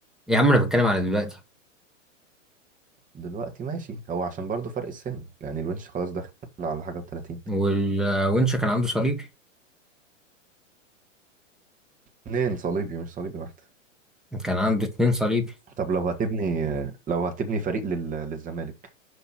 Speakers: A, in the centre; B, on the right.
A: يا عم انا بتكلم على دلوقتي
B: دلوقتي ماشي هو عشان برضه فرق السن يعني الونش خلاص داخل على حاجه و30
A: والونش كان عنده صليبي
B: اتنين صليبي مش صليبي واحدة
A: كان عنده اتنين صليبي
B: طب لو هتبني لو هتبني فريق لل... للزمالك